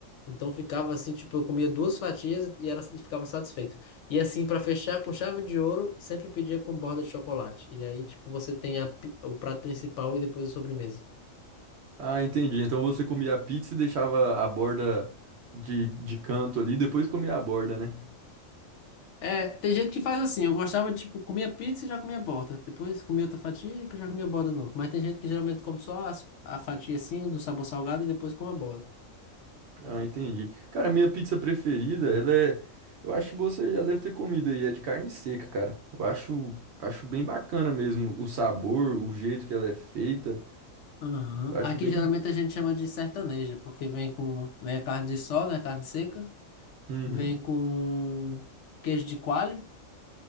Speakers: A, on the left; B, on the right.
A: Então ficava assim, tipo, eu comia duas fatias e, era, e ficava satisfeito. E assim, para fechar com chave de ouro, sempre pedia com borda de chocolate. E aí, tipo, você tem a pi- o prato principal e depois a sobremesa.
B: Ah, entendi. Então você comia a pizza e deixava a borda de, de canto ali, depois comia a borda, né?
A: É, tem gente que faz assim. Eu gostava, tipo, comia pizza e já comia borda. Depois comia outra fatia e já comia borda de novo. Mas tem gente que geralmente come só a, a fatia assim, do sabor salgado e depois come a borda.
B: Ah, entendi. Cara, a minha pizza preferida, ela é. Eu acho que você já deve ter comido aí, é de carne seca, cara. Eu acho, acho bem bacana mesmo o sabor, o jeito que ela é feita.
A: Aham.
B: Eu
A: Aqui
B: acho bem.
A: geralmente a gente chama de sertaneja, porque vem com, vem a carne de sol, né, carne seca,
B: Uhum.
A: vem com queijo de coalho